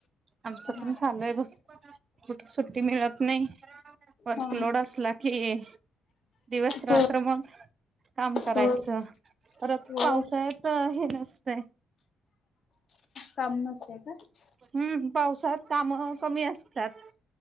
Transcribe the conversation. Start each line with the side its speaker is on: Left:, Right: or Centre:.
Right: आमचं
Left: हा
Right: पण चालूय बघ कुठ सुट्टी मिळत नाही वर्कलोड
Left: हा
Right: असला की- दिवस- रात्र
Left: हो
Right: मग काम करायचं.
Left: हो
Right: परत
Left: हो
Right: पावसाळ्यात हे नसतय-
Left: काम नसतयच.
Right: हम्म पावसात काम कमी असतात.